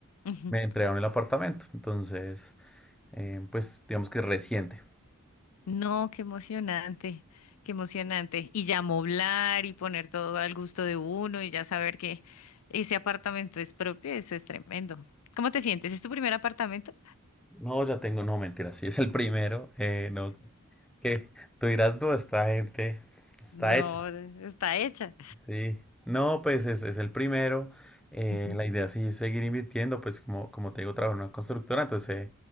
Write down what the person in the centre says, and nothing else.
me entregaron el apartamento. Entonces, eh, pues digamos que es reciente.
No, ya tengo, no, mentira, sí, es el primero. eh, no, que tú dirás, no, esta gente está
hecha.
Sí, no, pues es, es el primero. eh,
la idea sí es seguir invirtiendo, pues como, como te digo, trabajo en una constructora, entonces